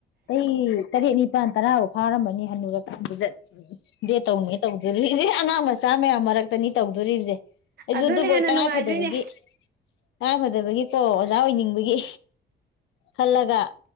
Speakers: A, on the left; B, on the right.
A: ꯑꯩ ꯇꯔꯦꯠ ꯅꯤꯄꯥꯟ ꯇꯔꯥ ꯐꯥꯔꯝꯃꯅꯤ ꯍꯟꯅꯨꯔꯛꯖꯠ ꯎ ꯗꯦ ꯇꯧꯅꯤ ꯇꯧꯗꯔꯤ ꯑꯉꯥꯡ ꯃꯆꯥ ꯃꯌꯥꯝ ꯃꯔꯛꯇꯅꯤ ꯑꯗꯨꯣ ꯑꯩꯁꯨ
B: ꯑꯗꯨꯅ
A: ꯑꯗꯨꯕꯨ
B: ꯍꯦꯟꯅ
A: ꯇꯉꯥꯏ
B: ꯅꯨꯡꯉꯥꯏꯗꯣꯏꯅꯦ
A: ꯐꯗꯕꯒꯤ ꯇꯉꯥꯏ ꯐꯗꯕꯒꯤꯀꯣ ꯑꯣꯖꯥ ꯑꯣꯏꯅꯤꯡꯕꯒꯤ ꯈꯜꯂꯒ